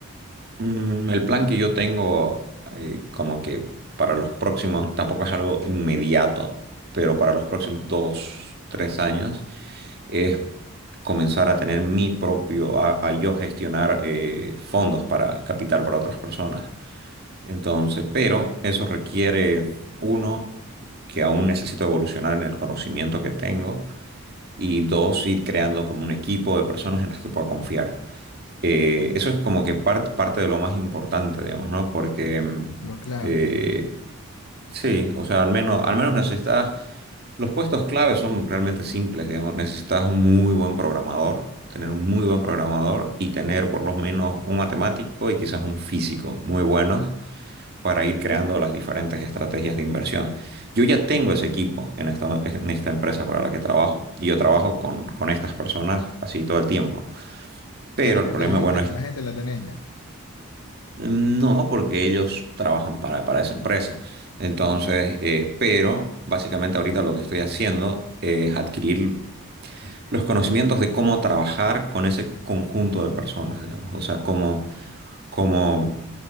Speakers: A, on the right; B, on the left.
A: Mm, El plan que yo tengo, eh, como que para los próximos, tampoco es algo inmediato, pero para los próximos dos, tres años, es comenzar a tener mi propio, a, a yo gestionar eh, fondos para capital para otras personas. Entonces, pero eso requiere, uno, que aún necesito evolucionar en el conocimiento que tengo, y dos, ir creando como un equipo de personas en las que pueda confiar. Eh,
B: Ya,
A: eso es como que par- parte de lo más importante, digamos, ¿no? Porque mm,
B: Lo clave.
A: eh,
B: ya.
A: sí, o sea, al menos, al menos necesitas, los puestos clave son realmente simples, digamos, necesitas un muy buen programador, tener un muy buen programador y tener por lo menos un matemático y quizás un físico muy buenos para ir creando las diferentes estrategias de inversión. Yo ya tengo ese equipo en esta, en esta empresa para la que trabajo y yo trabajo con, con estas personas así todo el tiempo.
B: O
A: Pero
B: sea, la,
A: el problema,
B: la gente,
A: bueno, es
B: la gente la tenés ya.
A: Mm, No, porque ellos trabajan para, para esa empresa. Entonces,
B: Mm,
A: eh, pero básicamente ahorita lo que estoy haciendo es adquirir los conocimientos de cómo trabajar con ese conjunto de personas, digamos. O sea, cómo, cómo